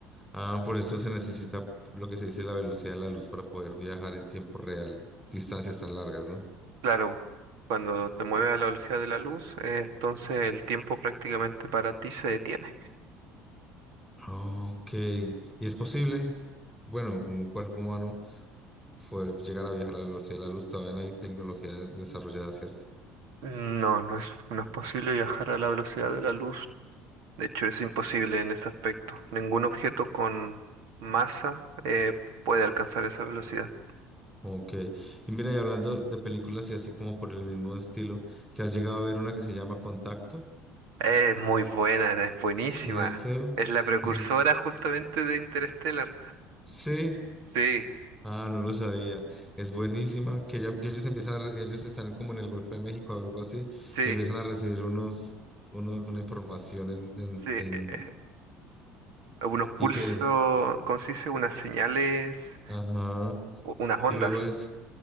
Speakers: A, in the centre; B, on the right.
A: Ah, por eso se necesita lo que se dice la velocidad de la luz para poder viajar en tiempo real, distancias tan largas, ¿no?
B: claro, cuando te mueves a la velocidad de la luz, eh, entonces el tiempo prácticamente para ti se detiene.
A: Ok. ¿Y es posible? Bueno, un cuerpo humano. fue llegar a viajar a la velocidad de la luz, todavía no hay tecnología desarrollada, ¿cierto?
B: No, no es, no es posible viajar a la velocidad de la luz De hecho, es imposible en este aspecto. Ningún objeto con masa eh, puede alcanzar esa velocidad.
A: Ok. Y mira, y hablando de películas y así como por el mismo estilo, ¿te has llegado a ver una que se llama Contacto?
B: Es muy buena, es buenísima.
A: ¿Cierto?
B: Es la precursora
A: Es-
B: justamente de Interstellar.
A: Sí.
B: Sí,
A: Ah, no lo sabía. Es buenísima. Que, ya- que ellos empiezan a re- ellos están como en el Golfo de México o algo así,
B: sí,
A: y empiezan a recibir unos, uno- una información en, en,
B: sí. eh,
A: en-
B: eh, unos
A: y
B: pulsos,
A: que,
B: ¿cómo se dice? Unas señales,
A: ajá.
B: u- unas
A: Y
B: ondas.
A: luego es,